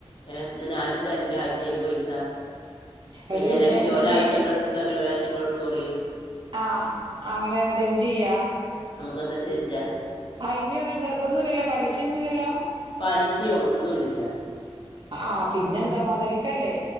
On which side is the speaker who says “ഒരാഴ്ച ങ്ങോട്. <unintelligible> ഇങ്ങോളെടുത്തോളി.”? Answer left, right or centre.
Left